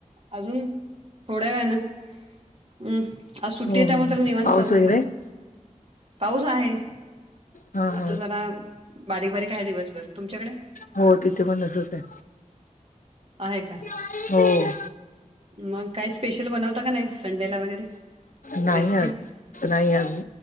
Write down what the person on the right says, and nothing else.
अजून थोड्या वेळान हम् असू. कता
मात्र निेवण
चाललंय
सगळं पाऊस आहे.
आता
जरा बारीक बारीक आहे दिवसभर तुमच्याकडे.
आहे का?
मग काय स्पेशल बनवता का नाही संडेला वगैरे.
रेसिपी